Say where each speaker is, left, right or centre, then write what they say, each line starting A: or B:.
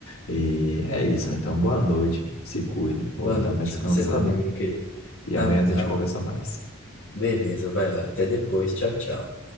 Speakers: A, on the left (about 85°); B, on the left (about 60°).
A: E é isso. Então, boa noite. Se cuide. Vou
B: Boa
A: dar
B: noite,
A: uma descansada.
B: você também, meu querido.
A: E
B: Ah,
A: amanhã a gente
B: ah,
A: conversa mais.
B: beleza, vai lá, até depois, tchau, tchau.